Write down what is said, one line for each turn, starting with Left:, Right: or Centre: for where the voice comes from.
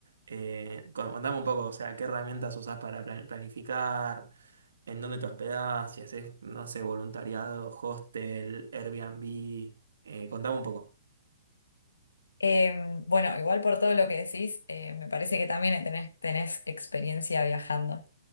Right: eh, con- contame un poco, o sea, ¿qué herramientas usás para plan- planificar? ¿En dónde te hospedás? Si haces, no sé, voluntariado, hostel, Airbnb, eh, contame un poco.
Left: Eh, bueno, igual por todo lo que decís, eh, me parece que también tenés, tenés experiencia viajando.